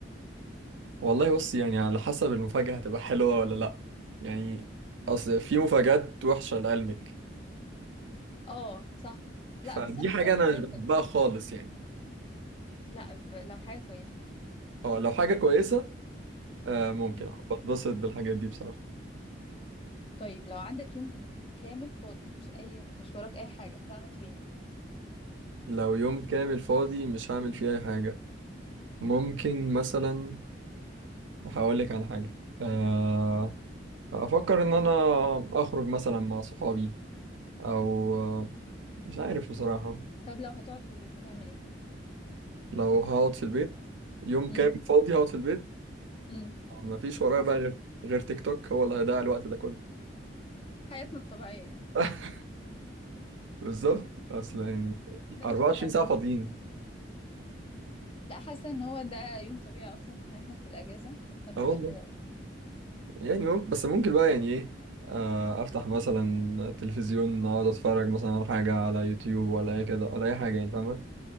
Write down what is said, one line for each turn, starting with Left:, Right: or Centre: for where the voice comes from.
Right: والله بص يعني على حسب المفاجأة هتبقى حلوة ولا لأ يعني أصل في مفاجآت وحشة لقلبك
Left: اه صح لا
Right: فدي
Left: بس انا
Right: حاجة
Left: بتكلم
Right: أنا
Left: في حاجه
Right: مش بحبها
Left: كويسه
Right: خالص يعني
Left: لا ب... لو حاجه كويسه
Right: اه لو حاجة كويسة آه ممكن
Left: امم
Right: بتبسط بالحاجات دي بصراحة
Left: طيب لو عندك يوم كامل فاضي مفيش اي مش وراك اي حاجه هتعمل فيه إيه؟
Right: لو يوم كامل فاضي مش هعمل فيه أي حاجة ممكن مثلا هقولك على حاجة آه أفكر إن أنا أخرج مثلا مع صحابي أو آه، مش عارف بصراحة
Left: طب لو هتقعد في البيت هتعمل ايه
Right: لو هقعد في البيت يوم
Left: امم
Right: كامل فاضي هقعد في البيت
Left: امم
Right: مفيش ورايا
Left: حس...
Right: بقى غير غير تيك توك هو اللي هيضيع الوقت ده كله
Left: حياتنا الطبيعيه يعني
Right: <laughs> بالظبط أصل يعني
Left: ده
Right: 24
Left: مش تحدي
Right: ساعة فاضيين
Left: لا حاسه ان هو ده يوم طبيعي اصلا في حياتنا في الاجازه احنا بنبقى
Right: اه والله
Left: كده اصلا
Right: يعني ممكن بس ممكن بقى يعني ايه آه، افتح مثلا تلفزيون اقعد اتفرج مثلا على حاجه على يوتيوب ولا اي كده ولا اي حاجه يعني فاهمه